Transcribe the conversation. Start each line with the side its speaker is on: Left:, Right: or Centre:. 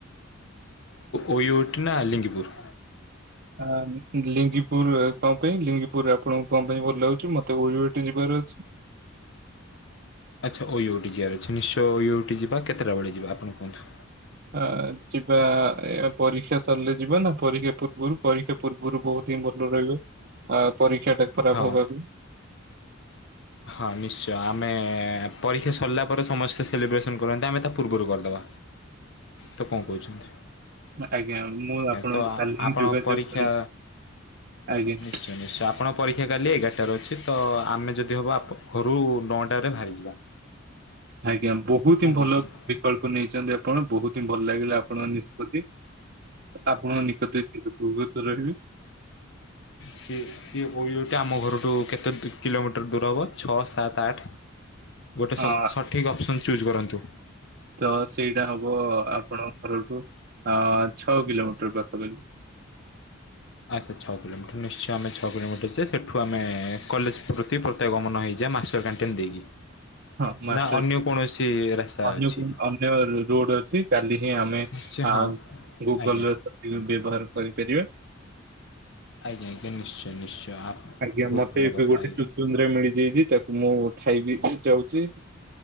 Left: ଓୟୁଠ ନା ଆଲିଙ୍ଗପୁର୍।
Right: ଆଲିଙ୍ଗିପୁର କଣ ପାଇଁ? ଲିଙ୍ଗିପୁରରେ ଆପଣଙ୍କୁ କଣ ପାଇଁ ଭଲ ଲାଗୁଛି? ମତେ ଓୟୁଇଟି ଯିବାର ଅଛି।
Left: ଆଚ୍ଛା ଓୟଓଟି ଯିବାର ଅଛି ନିଶ୍ଚୟ ଓଓଟି ଯିବା କେତେଟା ବେଳେ ଯିବା ଆପଣ କୁହନ୍ତୁ
Right: ହଁ ଯିବା। ଏ ପରୀକ୍ଷା ସରିଲେ ଯିବା ନା ପରୀକ୍ଷା ପୂର୍ବରୁ। ପରୀକ୍ଷା ପୂର୍ବରୁ ବହୁତ ହିଁ ଭଲ ରହିବ। ଆ ପରୀକ୍ଷା ଟା ଖରାପ
Left: ହଁ
Right: ହବା ବି।
Left: ହଁ ନିଶ୍ଚୟ ଆମେ ପରୀକ୍ଷା ସରିଲା ପରେ ସମସ୍ତେ ସେଲିବ୍ରେସନ କରନ୍ତି। ଆମେ ତା ପୂର୍ବରୁ କରିଦେବା। ତ କଣ କହୁଛନ୍ତି?
Right: ଆଜ୍ଞା ମୁଁ ଆପଣଙ୍କୁ
Left: ତ ଆ
Right: କାଲି ହିଁ
Left: ଆପଣ
Right: ଯୋଗାଯୋଗ
Left: ପରୀକ୍ଷା
Right: କରିବି ଆଜ୍ଞା।
Left: ନିଶ୍ଚୟ ନିଶ୍ଚୟ ଆପଣ ପରୀକ୍ଷା କାଲି ଏଗାର ଟା ରେ ଅଛି ତ, ଆମେ ଯଦି ହବ ଆପ ଘରୁ ନଅଟାରେ ବାହାରିଯିବା।
Right: ଆଜ୍ଞା ବହୁତ
Left: କଣ
Right: ହିଁ ଭଲ
Left: କହୁଛନ୍ତି
Right: ବିକଳ୍ପ ନେଇଛନ୍ତି ଆପଣ, ବହୁତ ହିଁ ଭଲ ଲାଗିଲା ଆପଣଙ୍କ ନିଷ୍ପତ୍ତି। ଆପଣଙ୍କ ନିକଟରେ ଚିର ଉପକୃତ ରହିବି।
Left: ସେ ସେ ଏଟା ଆମ ଘରଠୁ କେତେ କି କିଲୋମିଟର ଦୂର ହବ ଛଅ, ସାତ, ଆଠ ଗୋଟେ
Right: ଅ
Left: ସ ସଠିକ୍ ଅପସନ୍ ଚୁଜ୍ କରନ୍ତୁ।
Right: ତ ସେଇଟା ହବ ଆପଣଙ୍କ ଘରଠୁ ଅଁ ଛଅ କିଲୋମିଟର ପାଖାପାଖି।
Left: ଆଚ୍ଛା, ଛଅ କିଲୋମିଟର ନିଶ୍ଚୟ ଆମେ ଛ କିଲୋମିଟର ଯେ ସେଠୁ ଆମେ କଲେଜ ପ୍ରତି ପ୍ରତୟା ଗମନ ହେଇ ଯେ ମାଷ୍ଟର କଣ୍ଟେଣ୍ଟ ଦେଇକି।
Right: ହଁ ମାଷ୍ଟର
Left: ନା ଅନ୍ୟ
Right: <unintelligible>
Left: କୌଣସି ରାସ୍ତା
Right: ଅନ୍ୟ
Left: ଅଛି
Right: କୁ ଅନ୍ୟ ରୋଡ ଅଛି କାଲି ହିଁ ଆ ଆମେ
Left: ନିଶ୍ଚୟ
Right: ଆ
Left: ହଁ
Right: ଗୁଗଲ
Left: ଆଜ୍ଞା
Right: ବ୍ୟବହାର କରିପାରିବା।
Left: ଆଜ୍ଞା ଆଜ୍ଞା ନିଶ୍ଚୟ ନିଶ୍ଚୟ। ଆପ
Right: ଆଜ୍ଞା
Left: ବହୁତ
Right: ମତେ
Left: ଭଲ
Right: ଏବେ
Left: କଥା
Right: ଗୋଟେ
Left: ଆଜ୍ଞା
Right: ଚୁଚୁନ୍ଦ୍ରା ମିଳିଯାଇଚି ତାକୁ ମୁଁ ଖାଇବି ଯାଉଚି।